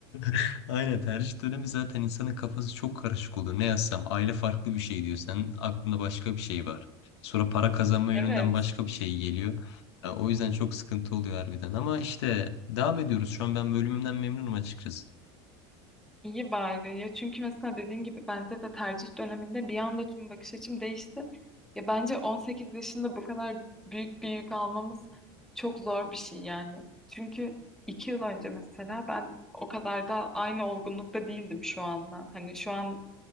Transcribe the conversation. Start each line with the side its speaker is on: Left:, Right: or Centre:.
Left: <laughs> Aynen tercih dönemi zaten insanın kafası çok karışık oluyor. Ne yazsam aile farklı bir şey diyor. Senin aklında başka bir şey var. Sonra para kazanma
Centre: Evet.
Left: yönünden başka bir şey geliyor. Ya o yüzden çok sıkıntı oluyor harbiden. Ama işte devam ediyoruz. Şu an ben bölümümden memnunum açıkçası.
Centre: İyi bari ya çünkü mesela dediğin gibi bende de tercih döneminde bir anda tüm bakış açım değişti. Ya bence 18 yaşında bu kadar büyük bir yük almamız çok zor bir şey yani. Çünkü 2 yıl önce mesela ben o kadar da aynı olgunlukta değildim şu anla. Hani şu an